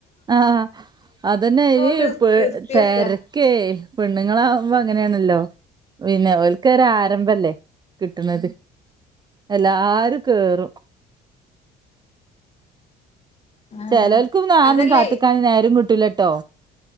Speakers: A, on the right; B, on the left.
A: ആഹ അതന്നെ
B: നിർ
A: പ്പൊ
B: നിർത്തി
A: തിരക്കേ!
B: വെക്കാ
A: പെണ്ണുങ്ങൾ ആകുമ്പോ അങ്ങനെയാണല്ലോ, പിന്നെ ഒല്ക്ക് ഒരു ആരംഭല്ലേ കിട്ടണത്, എല്ലാരും കേറും.
B: ആഹ്
A: ചിലോല്കൊന്നും അതൊന്നും
B: അതല്ലേ
A: കാത്തിക്കാന് നേരും കിട്ടൂലട്ടോ.